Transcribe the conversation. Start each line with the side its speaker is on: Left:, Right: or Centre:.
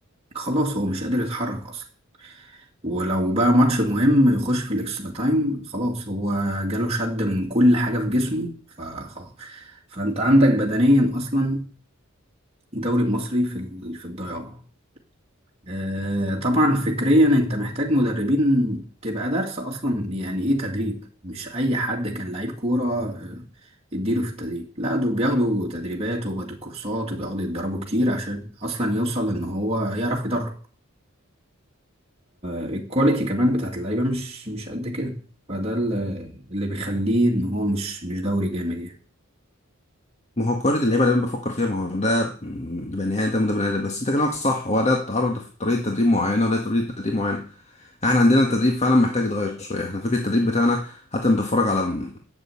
Right: خلاص هو مش قادر يتحرك أصلا ولو بقى ماتش مهم يخش في الاكسترا تايم خلاص هو جاله شد من كل حاجة في جسمه فخلاص فانت عندك بدنيا اصلا الدوري المصري في ال- في الضياع آه، طبعا فكريا انت محتاج مدربين تبقى دارسة اصلا يعني ايه تدريب مش اي حد كان لعيب كورة آه، اديله في التدريب لا دول بياخدوا تدريبات وبياخدوا كورسات وبياخدوا يتدربوا كتير عشان اصلا يوصل ان هو يعرف يدرب الكواليتي كمان بتاعت اللعيبة مش مش قد كده فده ال- اللي بيخليه ان هو مش مش دوري جامد يعني
Left: ما هو كرة اللعيبة اللي انا بفكر فيها ما هو ده م- ده بني ادم وده بني ادم بس انت كلامك صح هو ده اتعرض في طريقة تدريب معينة وده طريقة تدريب معينة احنا عندنا التدريب فعلا محتاج يتغير شوية احنا فكرة التدريب بتاعنا حتى لما بتتفرج على م-